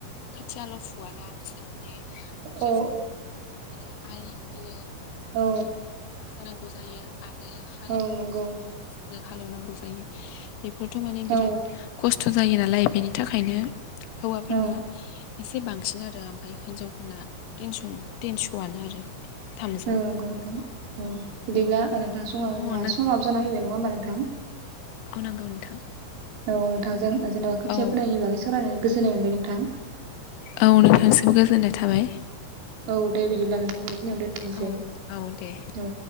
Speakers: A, on the left; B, on the right.
A: खोथियाल' फुवाना बिसोर माने खोथिया
B: औ
A: फु आय होयो
B: औ।
A: होनांगौ जायो आरो हालेवनांगौ
B: औ नंगौ
A: जायो मिचिनजों हालेवनांगौ जायो बेफोरथ' माने बिराद
B: औ
A: खस्थ' जायो नालाय बेनि थाखायनो हौवाफोरना
B: औ
A: एस से बांसिन आरो ओमफाय हिनजावफोरना थिनस'न थिनस'आनो आरो थामजौ
B: नंगौ नोंथां औ बिदिब्ला ओ नोंथां समाबो
A: अ नों
B: जाना फैबाय नङा होबा नोंथां?
A: औ नंगौ नोंथां।
B: औ नोंथांजों ओ जेनेबा खोथिया
A: औ
B: फुनायनि बागै सावरायनानै गोजोननाय मोनबाय नोंथां।
A: औ नोंथांसिम गोजोननाय थाबाय।
B: औ दे बिदिब्ला नोंथां बेखिनियावनो दोनथ'नोसै
A: औ औ दे
B: औ।